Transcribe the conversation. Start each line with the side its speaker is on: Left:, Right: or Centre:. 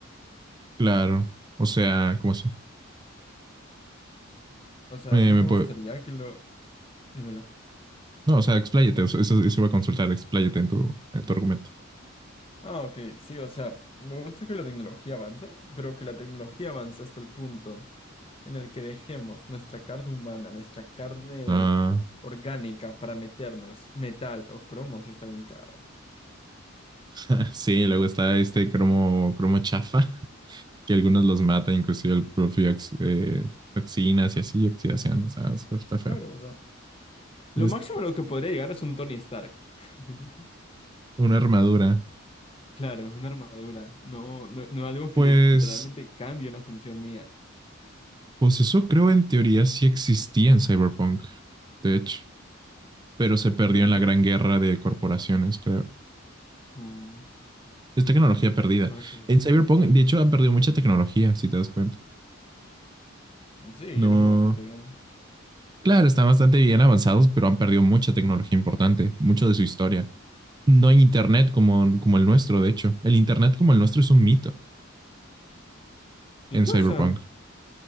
Right: claro, o sea, ¿cómo así?
Left: O sea,
Right: Me,
Left: no
Right: me
Left: me
Right: puedo-
Left: gustaría que lo... Dímelo.
Right: No, o sea, expláyate, o sea, eso, eso iba a consultar, expláyate en tu, en tu argumento.
Left: Ah, ok, sí, o sea, me gusta que la tecnología avance, pero que la tecnología avance hasta el punto en el que dejemos nuestra carne humana, nuestra carne
Right: Ah,
Left: orgánica para meternos metal o cromo si está bien cagado.
Right: <laughs> sí, luego está este cromo, cromo chafa, <laughs> que algunos los mata, inclusive el propio ox- eh, toxinas y así, oxidaciones, ah, eso está feo.
Left: Claro, o sea, lo
Right: Tienes
Left: máximo a lo que podría llegar es un Tony Stark. <laughs>
Right: una armadura.
Left: Claro, es una armadura, no, no, no algo que
Right: Pues,
Left: literalmente cambie una función mía.
Right: pues eso creo en teoría sí existía en Cyberpunk, de hecho, pero se perdió
Left: Creo que
Right: en la
Left: se...
Right: gran guerra de corporaciones, creo.
Left: No,
Right: Es tecnología perdida.
Left: ¿para qué
Right: En Cyberpunk, de hecho, han perdido mucha tecnología, si te das cuenta.
Left: Sí,
Right: No.
Left: yo los veo bastante bien.
Right: Claro, están bastante bien avanzados, pero han perdido mucha tecnología importante, mucho de su historia. No hay internet como, como el nuestro, de hecho. El internet como el nuestro es un mito
Left: ¿Y
Right: en
Left: qué
Right: Cyberpunk.
Left: usan?